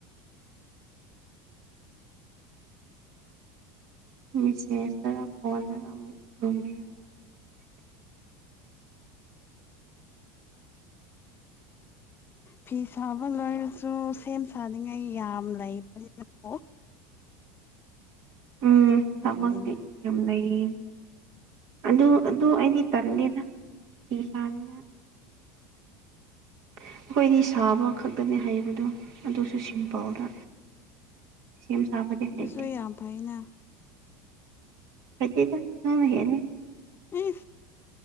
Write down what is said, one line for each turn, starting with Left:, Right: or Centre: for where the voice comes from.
Right: <unintelligible> ꯃꯤꯁꯁ ꯇꯔ ꯐꯣꯟꯟ ꯇꯔ ꯔꯕꯤꯌꯨ <unintelligible>
Left: ꯐꯤ ꯁꯥꯕ ꯂꯣꯏꯔꯁꯨ ꯁꯦꯝ ꯁꯥꯅꯤꯡꯉꯥꯏ ꯌꯥꯝ ꯂꯩꯕꯅꯤ ꯑꯗꯨꯕꯨ
Right: ꯎꯝ ꯊꯃꯒꯤ
Left: ꯇꯜꯂꯤꯅ
Right: ꯌꯥꯝ ꯂꯩꯌꯦ ꯑꯗꯨ ꯑꯗꯨ ꯑꯩꯗꯤ ꯇꯜꯂꯤꯗ ꯐꯤ ꯁꯥꯅꯤꯅ ꯑꯩꯈꯣꯏꯗꯤ ꯁꯥꯕ ꯈꯛꯇꯅꯦ ꯍꯥꯏꯕꯗꯣ ꯑꯗꯨꯁꯨ ꯁꯤꯝꯄꯥꯎꯗ ꯁꯦꯝ ꯁꯥꯕꯗꯤ ꯍꯥꯏꯩꯗꯤꯦ
Left: ꯑꯗꯨꯁꯨ ꯌꯥꯝ ꯐꯩꯅ
Right: ꯍꯥꯏꯗ ꯅꯪ ꯍꯦꯅꯤ
Left: ꯏ